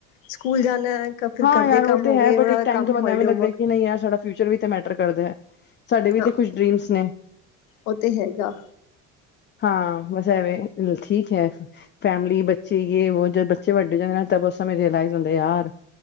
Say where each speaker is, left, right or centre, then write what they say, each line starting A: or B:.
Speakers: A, on the left (about 85°); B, on the left (about 30°).
A: ਸਕੂਲ ਜਾਣਾ ਹੈ ਫਿਰ
B: ਹਾਂ।
A: ਘਰ ਦੇ
B: ਯਾਰ ਉਹ
A: ਕੰਮ ਹੋ
B: ਤੇ
A: ਗਏ
B: ਹੈ
A: ਉਹਨਾਂ
B: ਬਟ ਇੱਕ
A: ਦਾ
B: ਟਾਈਮ
A: ਕੰਮ
B: ਤੋਂ ਬਾਅਦ
A: ਹੋਲੀਡੇ
B: ਐਵੇਂ
A: ਹੋਮਵਰਕ
B: ਲੱਗਦਾ ਕਿ ਨਹੀਂ ਯਾਰ ਸਾਡਾ ਫਿਊਚਰ ਵੀ ਮੈਟਰ ਕਰਦਾ। ਸਾਡੇ ਵੀ
A: ਹਾਂ
B: ਤੇ ਕੁਛ ਡਰੀਮਸ ਨੇ
A: ਉਹ ਤੇ ਹੈਗਾ।
B: ਹਾਂ ਬਸ ਐਵੇਂ ਠੀਕ ਹੈ ਫੈਮਿਲੀ ਬੱਚੇ ਯੇ ਵੋ ਜੱਦ ਬੱਚੇ ਵੱਡੇ ਹੋ ਜਾਂ ਮੈਂ ਬਸ ਉਸ ਸਮੇਂ ਰਲਾਈਜ਼ ਹੁੰਦਾ ਯਾਰ,